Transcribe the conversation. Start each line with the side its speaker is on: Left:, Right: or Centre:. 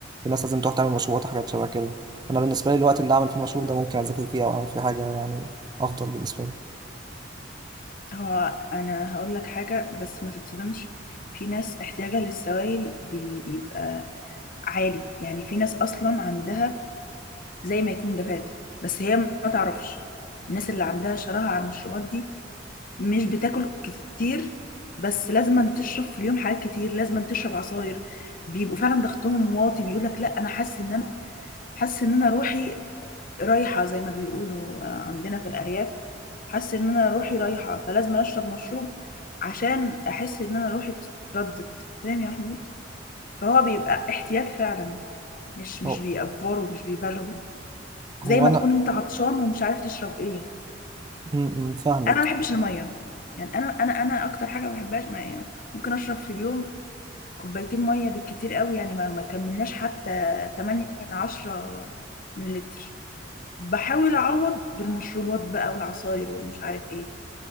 Right: الناس لازم تروح تعمل مشروبات وحاجات شبه كده انا بالنسبه لي الوقت اللي اعمل فيه مشروب ده ممكن اذاكر فيه او اعمل فيه حاجه يعني افضل بالنسبه لي
Left: هو أنا هاقول لك حاجة بس ما تتصدمش، في ناس احتياجها للسوائل بي بيبقى عالي، يعني في ناس أصلًا عندها زي ما يكون جفاف، بس هي ما تعرفش. الناس اللي عندها شراهة على المشروبات دي مش بتاكل كتير، بس لازمًا تشرب في اليوم حاجات كتير، لازمًا تشرب عصاير، بيبقوا فعلًا ضغطهم واطي، بيقول لك لأ أنا حاسس إن أنا حاسة إن أنا روحي رايحة زي ما بيقولوا عندنا في الأرياف حاسة إن أنا روحي رايحة فلازم أشرب مشروب عشان أحس إن أنا روحي اتردت فاهم يا محمود فهو بيبقى احتياج فعلا مش مش
Right: هو
Left: بيأفوروا مش بيبالغوا
Right: هو
Left: زي ما
Right: انا
Left: تكون انت عطشان ومش عارف تشرب ايه
Right: م- م، فاهمك
Left: انا ما بحبش الميه يعني انا انا انا اكتر حاجه ما بحبهاش ما يعني ممكن اشرب في اليوم كوبايتين ميه بالكتير قوي يعني ما ما كملناش حتى 8 من 10 مللتر باحاول اعوّض بالمشروبات بقى والعصاير والمش عارف إيه،